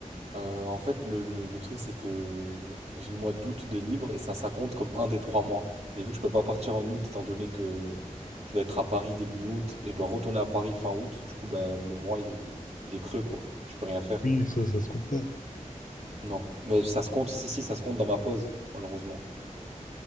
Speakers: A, on the right; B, on the left.
A: Euh, en fait, le, le- le truc c'est que j'ai le mois d'août de libre et ça, ça compte comme un des trois mois. Mais vu que je peux pas partir en août étant donné que je dois être à Paris début août et je dois retourner à Paris fin août, du coup bah le mois il est, il est creux quoi. Je peux rien faire.
B: Oui, ça, ça se compte pas.
A: Non, mais ça se compte, si, si, ça se compte dans ma pause, malheureusement.